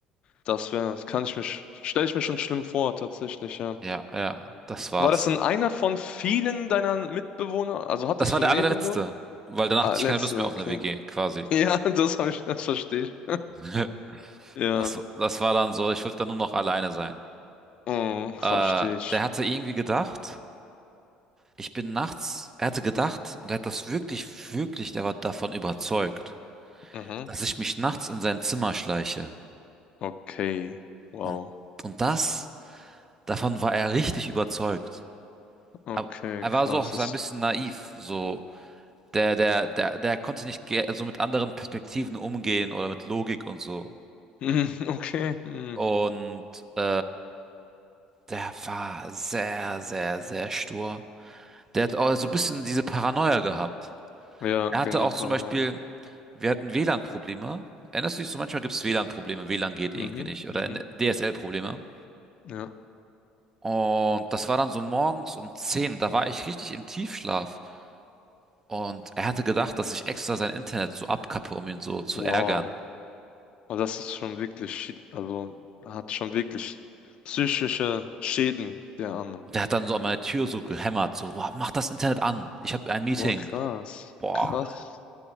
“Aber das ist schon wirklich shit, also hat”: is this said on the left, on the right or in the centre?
Left